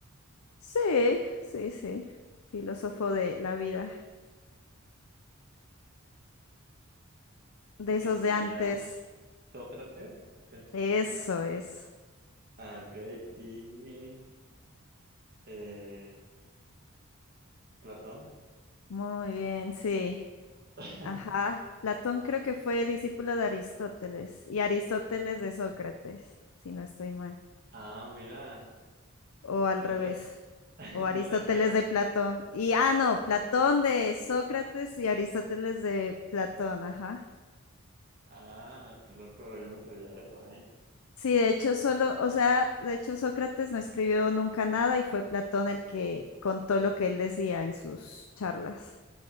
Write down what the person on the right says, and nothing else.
Estaría
Sócrates. Es...
Ah, ok. Y eh, Platón.
<laughs>
Ah, mira.
¿No
sabes <laughs>
No sé si era.
Ah, qué loco, yo no sabía eso, ¿eh?